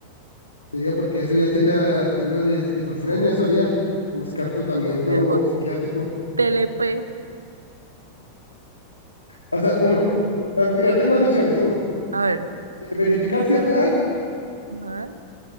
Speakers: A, on the left; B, on the right.
A: Sería porque eso ya sería signo de esquizofrenia, eso haría buscar tratamiento
B: Mira, O
A: psiquiátrico.
B: TLP.
A: O sea, uno,
B: Mm,
A: pues, mira, tengo dos opciones. Uno,
B: A ver,
A: eh, verificar si es real
B: ajá,